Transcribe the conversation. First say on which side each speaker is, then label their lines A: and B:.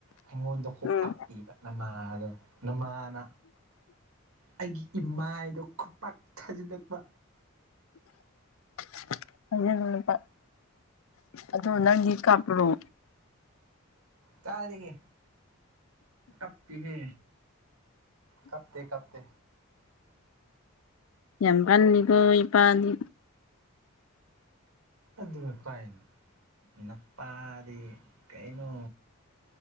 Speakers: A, on the right (about 80°); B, on the left (about 65°).
A: ꯑꯩꯉꯣꯟꯗ ꯈꯨ
B: ꯎꯝ
A: ꯄꯥꯛꯄꯤꯕ ꯅꯃꯥ ꯑꯗꯣ ꯅꯃꯥꯅ ꯑꯩꯒꯤ ꯏꯃꯥꯏꯗꯣ ꯈꯨꯄꯥꯛ ꯊꯥꯖꯤꯜꯂꯛꯄ
B: <inaudible> ꯑꯂ ꯂꯨꯄꯥ ꯑꯗꯨ ꯅꯪꯒꯤ ꯀꯥꯞꯄꯔꯣ
A: ꯀꯥꯏꯗꯒꯤ ꯀꯞꯇꯦꯍꯦ ꯀꯞꯇꯦ ꯀꯞꯇꯦ
B: ꯌꯥꯝ ꯀꯥꯟꯅꯤꯀꯣ ꯏꯄꯥꯗꯤ
A: ꯑꯗꯨꯒ ꯀꯥꯏꯅꯣ ꯅꯨꯄꯥꯗꯤ ꯀꯩꯅꯣ